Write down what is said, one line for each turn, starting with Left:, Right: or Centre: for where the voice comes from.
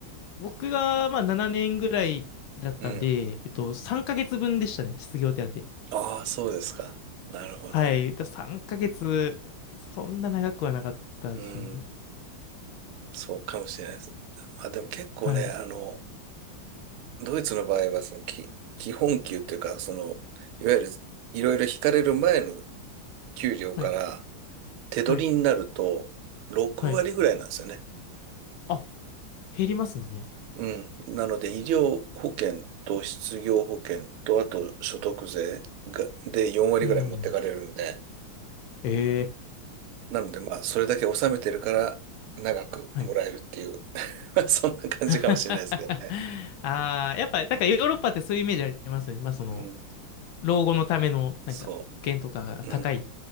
Left: 僕がまあ7年ぐらいだったんで、
Right: い。うん。
Left: えっと、3ヶ月分でしたね、失業手当。
Right: ああ、そうですか。なるほど。
Left: はい。だ3ヶ月、そんな長くはなかったですね。
Right: うん、そうかもしれないです。まあでも結構ね、
Left: はい。
Right: あの、ドイツの場合は、そのき、基本給というか、その、いわゆるいろいろ引かれる前の給料から
Left: はい。
Right: 手取りになると6割ぐらいなんですよね。
Left: はい。はい。あ、減りますね。
Right: うん。なので、医療保険と失業保険と、あと所得税が、で4割ぐらい持ってかれるんで、
Left: うん。ええ。
Right: なので、まあ、それだけ納めてるから長くもらえるっていう
Left: はい。
Right: <laughs> まあそんな感じかもしれないですけどね。
Left: <laughs> ああ、やっぱ、なんかヨーロッパってそういうイメージありますよね。まあ、その、
Right: うん。
Left: 老後のための、なんか、
Right: そ
Left: 保険とかが高い。
Right: う。うん。